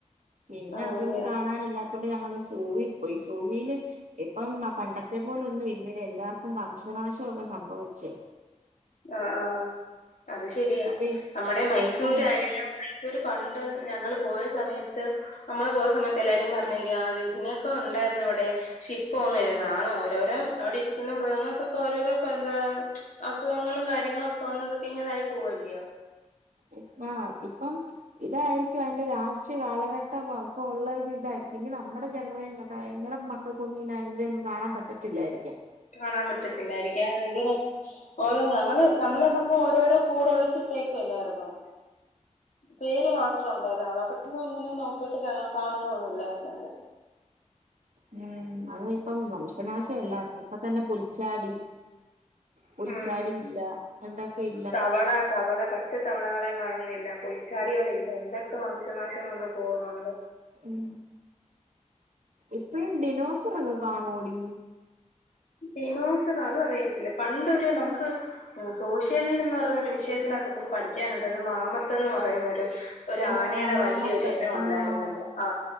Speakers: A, on the right; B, on the left.
A: പിന്നെ
B: ആണല്ലിയോ
A: അതൊന്നും കാണാനില്ലാത് തൊട് ഞങ്ങള് സൂവീപ്പോയി സൂവീല് ഇപ്പം പണ്ടത്തേ പോല ഒന്നും ഇല്ലടി എല്ലാർക്കും വംശനാശൊക്കെ സംഭവിച്ച്
B: ആഹ് ആഹ് അയ് ശരിയാ
A: അപ്പൊ
B: നമ്മുടെ മൈസൂരായാലും
A: ഇപ്പൊ
B: സൂര് പണ്ട് ഞങ്ങള് പോയ സമയത്ത് നമ്മള് പോയ സമയത്ത് എല്ലാരും പറഞ്ഞില്ലീ ആ ഒര് നൊക്കെ ഉണ്ടായിരുന്നു അവിടെ ശ്ശെ ഇപ്പോ ഒന്നൂലേ നാണ് ഓരോരോ അവിടിരിക്കുന്ന മൃഗങ്ങൾക്കൊക്കെ ഓരോരോ ഇപ്പെന്താ അസുഖങ്ങളും കാര്യങ്ങളൊക്കെ വന്ന് ഇങ്ങനായി പോവല്ലിയോ
A: ഇപ്പാ ഇപ്പം ഇതാരിക്കും അതിന്റെ യാസ്റ്റ് കാലഘട്ടം ഇപ്പം ഉള്ളതിതായിരിക്കും ഇനി നമ്മുടെ ജനറേ അതായത് മക്ക ക്കെഒന്നും ഇതിലൊന്നും കാണാൻ പറ്റത്തില്ലായിരിക്കാം
B: കാണാൻ പറ്റത്തില്ലായിരിക്കാൻ ആണെന്തിനാ ഓരോ തവണ നമ്മളെന്നപ്പോ ഓരോരോ കൂടെ ഒഴിച്ചിട്ടേക്കുവല്ലാരുന്നോ പേര് മാത്രം ഉണ്ടായിരുന്ന് അവിടെ അപ്പന്നിങ്ങള്ന്നില്ലല്ലോ തുട്ട് കാണുന്നോ നില്ലായിരുന്നല്ലേ
A: ഉം അങ്ങ് ഇപ്പം വംശനാശമെല്ലാർക്ക് ഇപ്പത്തന്നെ പുൽച്ചാടി പുൽച്ചാടിയില്ല
B: ഉം
A: ദന്തക്കെയ്
B: തവള തവള പറ്റ് പച്ചത്തവളകളെ കാണുന്നില്ല പുൽച്ചാടി കളില്ല എന്തക്കെ വംശനാശം വന്ന് പോവുനുണ്ട്
A: ഉം ഇപ്പഴും ദിനോസറൊക്കെ കാണുവോടീ
B: ദിനോസറ് അതറിയത്തില്ല പണ്ടൊര് നമുക്ക് സോഷ്യലിൻ എന്ന് പറയുന്ന ഒരു വിഷയത്തിനാത്ത് നമുക്ക് പഠിക്കാനുണ്ട് ഒരു മാമത്ത് എന്ന്പറയുന്നൊരു ഒരാനേടെ
A: ആഹ് മാമത്ത്
B: വല്ല്യൊര് എനം ഒണ്ടായിരുന്നല്ലേ
A: ആഹ്
B: ആ